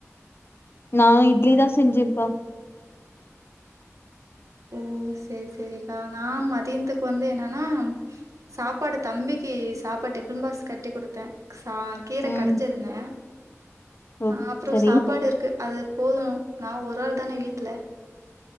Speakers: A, on the left (about 45°); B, on the right (about 80°).
A: நா இட்லி தா செஞ்சேம்ப்பா
B: ஓ சேர் சேரிக்கா நா மதியன்த்துக்கு வந்து என்னன்னா சாப்பாடு தம்பிக்கி சாப்பாட் டிஃபன் பாக்ஸ் கட்டி குடுத்தே தா கீர
A: ம்
B: கடைஞ்சிருந்தே
A: ஓ
B: ஆ அப்புறோ
A: சரி
B: சாப்பாடு இருக்கு அது போதும் நா ஒரு ஆள் தான வீட்ல